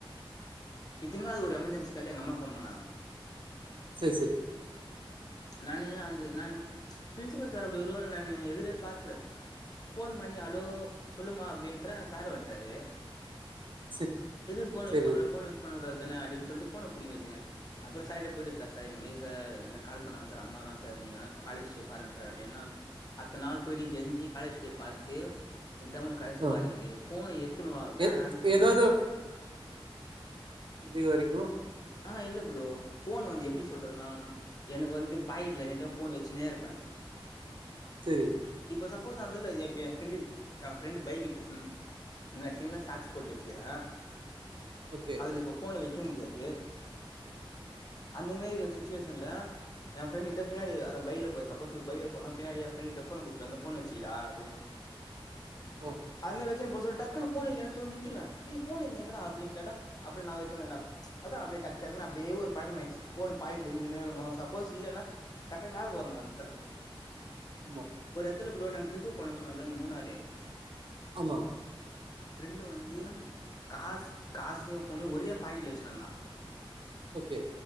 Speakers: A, on the left; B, on the right.
A: தின்னாது ஒரு எமர்ஜென்சி கால்லே எங்க அம்மா ஃபோன் பண்ணாங்கோ
B: சரி சரி
A: நானு அந்த நான் பிரின்சிபல் சார் அப்டி வருவாரு நானு எதிரே பாக்கல ஃபோன் பண்ணி அளோ சொல்லுமா அப்டின்ற சாரு வன்ட்டாரு
B: சரி
A: எதுக்கு ஃபோன் யூஸ்
B: சரி
A: பண்ற ஃபோன் யூஸ் பண்ண கூடாது வந்தனா அடின் சொல்ட்டு ஃபோன புடிங்கி வச்சிகனாரு அப்பறோ சைடு போயிட்டு சார் சார் இந்மேறி சார் இந் மேறி கால் பண்ணாங்க சார் அம்மா தா சார் நீங்க வேணா கால் ஹிஸ்டிரிய பாருங்க சார் அப்டிலா அத்த நாள் போயிட்டு கெஞ்சி காலேஜ் டே பாத் தேம் இதான் உனுக் கடைசி
B: ஆ
A: வார்னிங்கு ஃபோனு எத்துணுவா வேணான்
B: எத்-
A: சொல்ல
B: ஏதாவது இதுவரைக்கு
A: ஆ இல்ல ப்ரோ ஃபோன் வந்து எப்டி சொல்றதுன்னா எனக்கு வந்து பாக்கெட்ல எனி டைம் ஃபோன் வச்சினே இருப்பே
B: செரி
A: இப்ப சப்போஸ் அந்தல எப் என் ஃப்ரெண்டு் என் ஃப்ரெண்டு் பைக்கு இப் ம் நா சின்ன சாக்ஸ் போட்டு வச்சிக்கிற
B: ஓகே
A: அதுல இப்ப ஃபோனு வைக்க முடியாது அந்த மேரி சுச்சுவேஷன்ல என் ஃப்ரெண்டு கிட்ட பின்னாடி அத பைக்ல போ சப்போஸ் பைக்ல போனா பின்னாடி என் ஃப்ரெண்டு கிட்ட ஃபோன குத்துருவ இந்தா ஃபோனு வச்சிகிடா அப்டின்னு
B: ஆ
A: அந்த மேரி ச்சன் போ சொல் டக்குன்னு ஃபோன் இல்லயா சொல்லி நித்திருவ டேய் ஃபோன் என்து எங்கடா அப்டினு கேட்டா அப்பறோ நான் வச்சினு கீறன்டா அதா அப்டே டக்கு டக்குன்னு அப்டே ஒரு பழக்கமாயிடுச்சு ஃபோனு பாக்கெட்ல இந்துகுனே இருக்கணு சப்போஸ் இல்லேன்னா கரெட்டா நாபகோ வரணு அந்தத்துல
B: ஆமா
A: த்தல ப்ரோ நாங்க ட்ரிப்பு போனோ சொன்ன இல்ல இந்த மூணாறு
B: ஆமா
A: ஃப்ரெண்டு வந்து காசு காசியு ஃபோனையு ஒரே பாக்கெட்ல வச்சுனுந்தான்
B: ஓகே